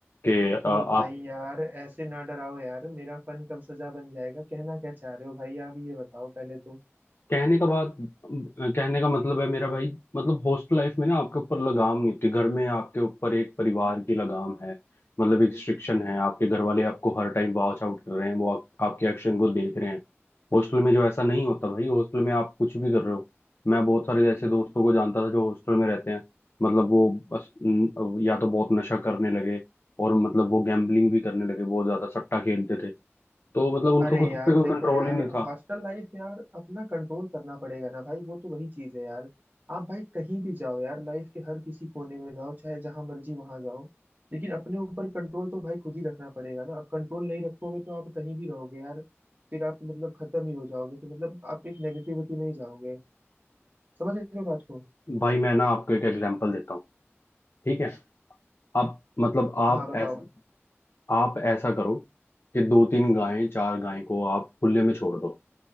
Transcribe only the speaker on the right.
ओ भाई यार ऐसे ना डराओ यार मेरा फन कब सजा बन जाएगा कहना क्या चाह रहे हो भाई आप ये बताओ पहले तो
अरे
यार
देखो
यार
हॉस्टल लाइफ यार अपना कंट्रोल करना पड़ेगा ना भाई वो तो वही चीज है यार आप भाई कहीं भी जाओ यार लाइफ के हर किसी कोने में जाओ चाहे जहां मर्जी वहां जाओ लेकिन अपने ऊपर कंट्रोल तो भाई खुद ही रखना पड़ेगा ना आप कंट्रोल नहीं रखोगे तो आप कहीं भी रहोगे यार फिर आप मतलब खत्म ही हो जाओगे फिर मतलब आप एक नेगेटिविटी में ही जाओगे समझ रहे हो बात को
हाँ हाँ बताओ